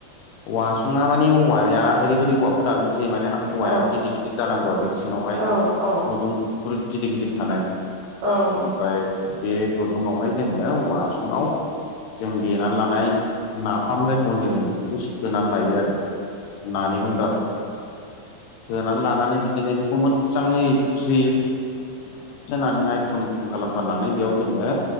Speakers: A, on the left; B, on the right.
A: औवा हखसुङा माने औवाया ओरैबायदि औवाखौ दानो जे माने औवाया
B: औ
A: गिदिर -गिदिर जानांगौ आरो, सिङावहाय
B: औ औ
A: गुदुं बुरुद गिदिर- गिदिर थानाय।
B: औ।
A: ओमफ्राय बे गुदुङावहाय जोङो औवा हासुङाव जों देनानै लानाय नाफाम जायखौ होनदों जोङो। बेखौ सुखोनानै लायो आरो नानि गुन्द्राफोरखौ। सोनानै लानानै बिदिनो बेखौ मोन मोजाङै थुसोयो थुसोनानैहाय थुम <unintelligible> खालामथारनानै बेयाव जोङो,